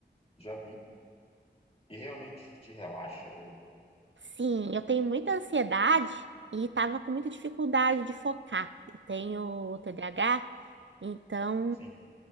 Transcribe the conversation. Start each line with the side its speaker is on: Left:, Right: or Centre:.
Left: já vi. E realmente te relaxa ou
Right: Sim, eu tenho muita ansiedade e tava com muita dificuldade de focar. Eu tenho TDAH. Então,
Left: Sim.